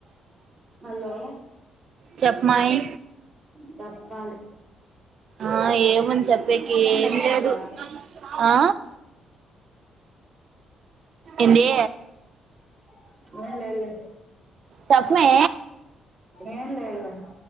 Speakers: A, on the right; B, on the right.
A: హలో
B: చెప్మాయి
A: సెప్పాలి
B: ఆ ఏమని చెప్పేకి ఏం
A: బాగున్నాడా
B: లేదు ఆ ఏందీ
A: <inaudible>
B: చెప్పమే
A: ఏం లేదులే